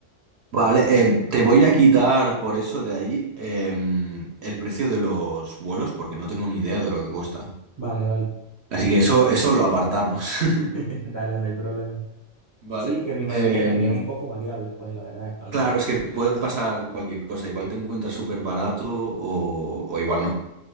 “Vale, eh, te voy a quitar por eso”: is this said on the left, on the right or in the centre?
Right